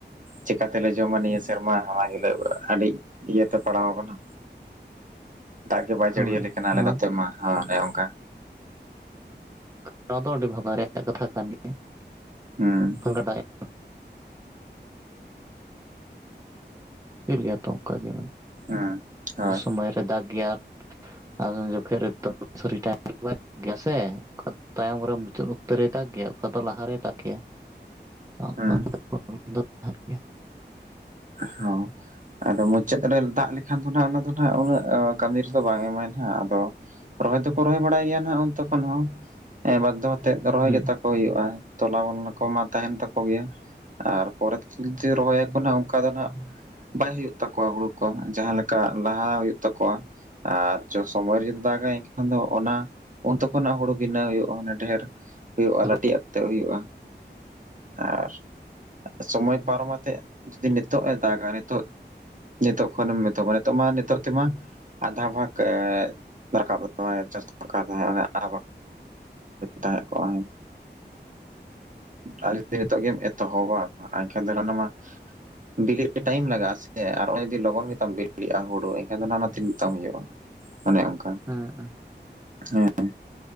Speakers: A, on the right (about 45°); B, on the right (about 15°).
A: ᱪᱮᱠᱟ ᱛᱮᱞᱮ ᱡᱚᱢᱟ ᱱᱤᱭᱟᱹ ᱥᱮᱨᱢᱟ ᱚᱱᱟ ᱜᱮᱞᱮᱼᱼ ᱟᱹᱰᱤ ᱤᱭᱟᱹᱛᱮ ᱯᱟᱲᱟᱣ ᱠᱟᱱᱟ᱾ ᱫᱟᱜ ᱜᱮ ᱵᱟᱭ ᱡᱟᱹᱲᱤᱭᱟᱞᱮ
B: ᱦᱳᱭ
A: ᱠᱟᱱᱟ ᱟᱞᱮ
B: ᱱᱚᱣᱟ
A: ᱱᱚᱛᱮ ᱢᱟ ᱚᱱᱮ ᱚᱱᱠᱟ᱾
B: ᱱᱚᱣᱟ ᱫᱚ ᱟᱹᱰᱤ ᱵᱷᱟᱵᱟᱣ ᱨᱮᱭᱟᱜ ᱠᱟᱛᱷᱟ ᱠᱟᱱ ᱜᱮᱭᱟ᱾
A: ᱦᱮᱸ
B: <unintelligible> ᱢᱩᱥᱠᱤᱞ ᱜᱮᱭᱟ ᱛᱚ ᱚᱱᱠᱟ ᱜᱮ ᱢᱟᱱᱮ
A: ᱦᱮᱸ ᱦᱳᱭ
B: ᱥᱚᱢᱚᱭ ᱨᱮ ᱫᱟᱜ ᱜᱮᱭᱟ᱾ ᱟᱫᱚ ᱡᱚᱠᱷᱮᱡ <unintelligible> ᱜᱮᱭᱟ ᱥᱮ ᱚᱠᱟ ᱫᱚ ᱛᱟᱭᱚᱢ ᱨᱮ ᱢᱩᱪᱟᱹᱫ ᱚᱠᱛᱚ ᱨᱮᱭ ᱫᱟᱜ ᱜᱮᱭᱟ ᱚᱠᱟ ᱫᱚ ᱞᱟᱦᱟᱨᱮᱭ ᱫᱟᱜ ᱜᱮᱭᱟ <unintelligible>
A: ᱦᱩᱸ ᱚ ᱦᱚᱸ ᱟᱫᱚ ᱢᱩᱪᱟᱹᱫ ᱨᱮ ᱫᱟᱜ ᱞᱮᱠᱷᱟᱱ ᱫᱚ ᱚᱱᱟ ᱫᱚ ᱩᱱᱟᱹᱜ ᱠᱟᱹᱢᱤ ᱨᱮᱫᱚ ᱵᱟᱝ ᱮᱢᱟᱭ ᱱᱟᱜ ᱟᱫᱚ᱾ ᱨᱚᱦᱚᱭ ᱫᱚᱠᱚ ᱨᱚᱦᱚᱭ ᱵᱟᱲᱟᱭ ᱜᱮᱭᱟ ᱱᱟᱜ ᱛᱚᱠᱷᱚᱱ ᱦᱚᱸ ᱵᱟᱫᱷᱚ᱾ ᱛᱮ ᱨᱚᱦᱚᱭ
B: ᱦᱮᱸ
A: ᱜᱮ ᱛᱟᱠᱚ ᱦᱳᱭᱳᱜᱼᱟ ᱛᱚᱞᱟ ᱠᱚ ᱢᱟ ᱛᱟᱦᱮᱱ ᱛᱟᱠᱚ ᱜᱮᱭᱟ ᱟᱨ᱾ ᱯᱚᱨᱮ ᱨᱚᱦᱚᱭ ᱟᱠᱚ ᱚᱱᱟ ᱫᱚ ᱱᱟᱜ᱾ ᱵᱟᱭ ᱦᱩᱭᱩᱜ ᱛᱟᱠᱚᱣᱟ ᱦᱩᱲᱩ ᱠᱚ, ᱡᱟᱸᱦᱟ ᱞᱮᱠᱟ ᱞᱟᱦᱟ ᱦᱩᱭᱩᱜ ᱛᱟᱠᱚᱣᱟ᱾ ᱟᱨ ᱥᱚᱢᱚᱭ ᱨᱮ ᱡᱩᱫᱤ ᱫᱟᱜᱟ ᱮᱱᱠᱷᱟᱱ ᱫᱚ ᱚᱱᱟ᱾ ᱚᱱᱛᱮ ᱠᱷᱚᱱᱟᱜ ᱦᱩᱲᱩ ᱵᱷᱤᱱᱟᱹᱣ ᱦᱩᱭᱩᱜ-ᱟ ᱢᱟᱱᱮ ᱰᱷᱮᱨ ᱦᱩᱭᱩᱜ-ᱟ
B: ᱦᱮᱞᱳ
A: ᱞᱟᱹᱴᱤᱡ ᱟᱠᱛᱮ ᱦᱩᱭᱩᱜ-ᱟ᱾ ᱟᱨ ᱥᱚᱢᱚᱭ ᱯᱟᱨᱚᱢᱟ ᱛᱮ ᱡᱩᱫᱤ ᱱᱤᱛᱚᱜ ᱮ ᱫᱟᱜᱟ ᱱᱤᱛᱚᱜ᱾ ᱱᱤᱛᱚᱜ ᱠᱷᱚᱱᱮᱢ ᱮᱛᱚᱦᱚᱵᱟ ᱱᱤᱛᱚᱜ ᱢᱟ ᱱᱤᱛᱚᱜ ᱛᱮᱢᱟ᱾ ᱟᱫᱷᱟ ᱵᱷᱟᱜᱽ ᱫᱚᱨᱠᱟᱨ <unintelligible> ᱪᱟᱥ ᱫᱚᱠᱟᱨ ᱵᱷᱟᱜ᱾ ᱛᱟᱸᱦᱮ ᱠᱚᱜ-ᱟ ᱟᱨ᱾ ᱱᱤᱛᱚᱜ ᱜᱮᱢ ᱮᱛᱚᱦᱚᱵᱟ ᱮᱱᱠᱷᱟᱱ ᱫᱚ ᱦᱟᱱᱟ ᱢᱟ᱾ ᱵᱤᱞᱤᱜ ᱛᱮ ᱴᱟᱭᱤᱢ ᱞᱟᱜᱟᱜ-ᱟ ᱥᱮ ᱟᱨ ᱚᱱᱟ ᱡᱩᱫᱤ ᱞᱚᱜᱚᱱ ᱜᱮᱛᱟᱢ ᱵᱤᱞᱤᱜ-ᱟ, ᱦᱩᱲᱩ ᱮᱱᱠᱷᱟᱱ ᱫᱚ ᱛᱤᱱᱟᱹᱜ ᱛᱟᱢ ᱦᱩᱭᱩᱜ-ᱟ᱾ ᱚᱱᱮ ᱚᱱᱠᱟ᱾
B: ᱦᱮᱸ
A: ᱦᱮᱸ